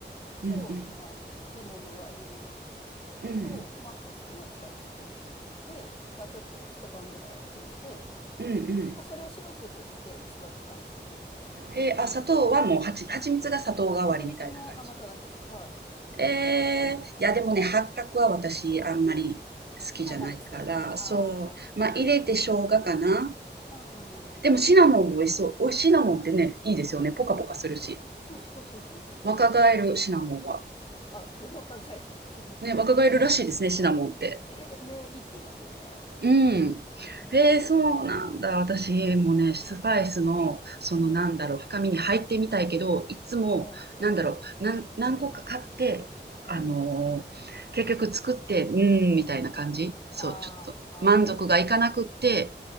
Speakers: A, on the right; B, on the left.
A: うんうん。
B: と、まあ、レモンの輪切り
A: うん、
B: と、まあ、あと好きなスパイスで、まあ、ちょっと一晩ぐらい置いて
A: うんうん。
B: まあ、それをシロップとして使うって感じですかね。
A: へえー、あ、砂糖はもうはち蜂蜜が砂糖代わりみたいな感じ？
B: は、蜂蜜の甘さだけで、はい。
A: えー、いやでもね、
B: うん。
A: 八角は私あんまり好きじゃないから、
B: あ、ダメですか。ああ、
A: そう、
B: なるほど。
A: まあ入れて生姜かな。
B: うんうんうんうんうん。
A: でもシナモンも美味しそう。お、シナモンってね、いいですよね。ポカポカするし。
B: うん。おそうそうそうそうそう。
A: 若返るシナモンは。
B: いいあ、そう、若返る。そうそうそう。
A: ね、若返るらしいですね、シナモンって。
B: え、えね、いいって言いますよね。
A: うん。
B: うん。
A: へえ、そうなんだ。私もね、スパイスの、そのなんだろう、
B: うん。
A: 深みに入ってみたいけど、いつも、
B: うん。
A: なんだろう、なん何個か買って、あのー結局作って、
B: うん。
A: うーん、みたいな感じ。そう、
B: あーあー。
A: ちょっと満足がいかなくって、